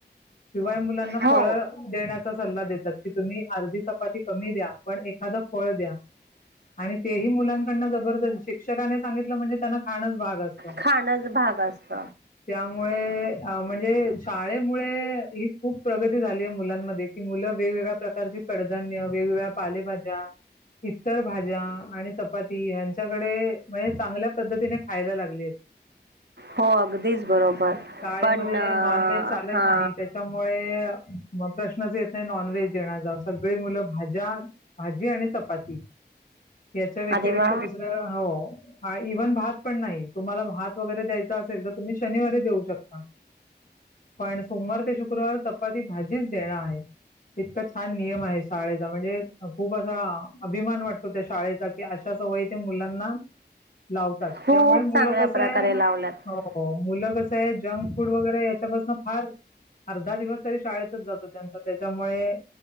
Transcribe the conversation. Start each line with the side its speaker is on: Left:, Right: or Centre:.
Left: शिवाय मुलांना
Right: हो
Left: फळ देण्याचा सल्ला देतात की तुम्ही आर्धी चपाती कमी द्या पण एखादं फळ द्या. आणि तेही मुलांकडन जबरदस्ती शिक्षकाने सांगितलं म्हणजे त्यांना खाणंच भागच असतं.
Right: खाणच भाग असत
Left: त्यामुळे म्हणजे शाळेमुळे खूप प्रगती झाली आहे मुलांमध्ये कि मुलं वेगवेगळ्या प्रकारची कडधान्य वेगवेगळ्या पालेभाज्या इतर भाज्या आणि चपाती यांच्या त्याच्याकडे म्हणजे चांगल्या पद्धतीने खायला लागलीय.
Right: हो अगदीच बरोबर
Left: शाळेमध्ये
Right: पण अं,
Left: नॉन व्हेज चालत
Right: हा
Left: नाही त्याच्या मुळे प्रश्नच येत नाही नॉनव्हेज. देण्याचा सगळी मुलं भाज्या भाजी आणि चपाती याच्या व्यतिरिक्त
Right: अरे वा
Left: दुसर हो इव्हन भात पण नाही तुम्हाला भात वगैरे द्यायचा असेल तर तुम्ही शनिवारी देऊ शकता. पण सोमवार ते शुक्रवार चपाती भाजीच देणं आहे. इतका छान नियम आहे शाळेचा म्हणजे खूप असा अभिमान वाटतो त्या शाळेचा की अशा सवयी ते मुलांना लावतात
Right: खूप
Left: त्यामुळे मुलं
Right: चांगल्या
Left: कसंय
Right: प्रकारे लावल्यात
Left: हो हो मुलं कसय जंक फूड वगैरे याच्यापासून फार अर्धा दिवस शाळेत जात त्यां त्याच्यामुळे